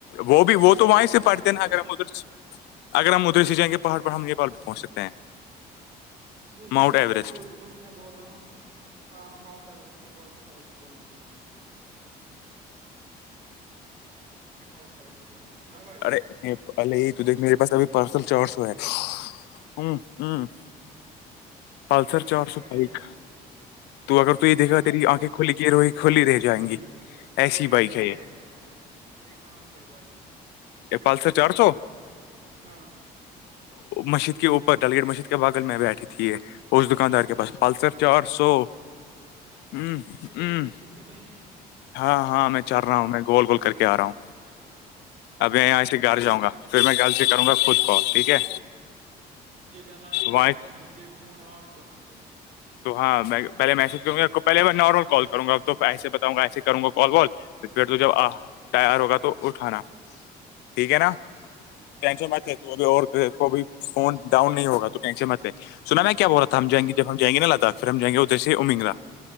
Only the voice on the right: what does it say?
نیپال
اچھی
جگہ
ہے
وہی
میں
وہی میں بول رہا ہوں ہاں ہاں ماؤنٹ ایورسٹ نیپال سائڈ سے جائیں گی نیپال سائڈ سے جائیں گے سنا بھائی
ارے
بھائی
پلسر
بھائی
یہ
کہاں
پہ یہ کہاں پہ بھائی
ہاں
تو بھی وہی
ہے تو بھی وہی ہے
اچھا
ٹھیک
یہ کرنا نا پہلے
میسیج م فونٹ پ پرسنٹ
ٹھیک
ٹھیک
ٹھیک
صحیح
صحیح
ہاں